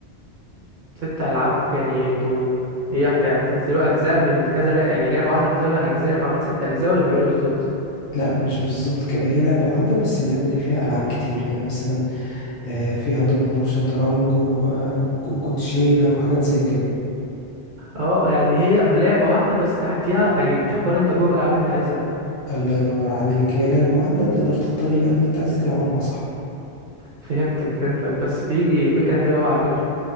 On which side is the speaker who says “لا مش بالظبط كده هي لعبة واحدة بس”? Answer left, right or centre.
Left